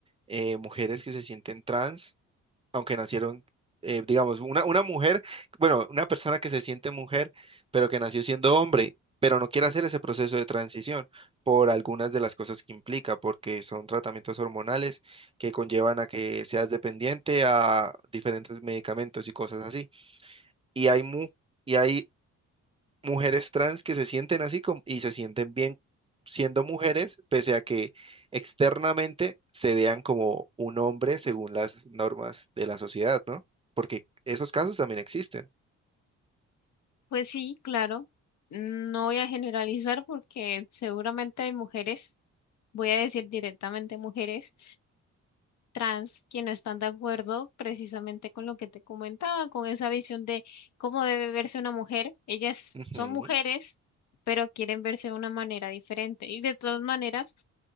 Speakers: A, on the right; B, on the left.
A: eh, mujeres que se sienten trans, aunque nacieron, eh, digamos, una, una mujer, bueno, una persona que se siente mujer, pero que nació siendo hombre, pero no quiere hacer ese proceso de transición por algunas de las cosas que implica, porque son tratamientos hormonales que conllevan a que seas dependiente a diferentes medicamentos y cosas así y hay, mu y hay mujeres trans que se sienten así como, y se sienten bien siendo mujeres, pese a que externamente se vean como un hombre según las normas de la sociedad, ¿no? Porque esos casos también existen.
B: Pues sí, claro, no voy a generalizar porque seguramente hay mujeres, voy a decir directamente mujeres trans que no están de acuerdo precisamente con lo que te comentaba, con esa visión de cómo debe verse una mujer. Ellas
A: Ujú.
B: son mujeres, pero quieren verse de una manera diferente. Y de todas maneras,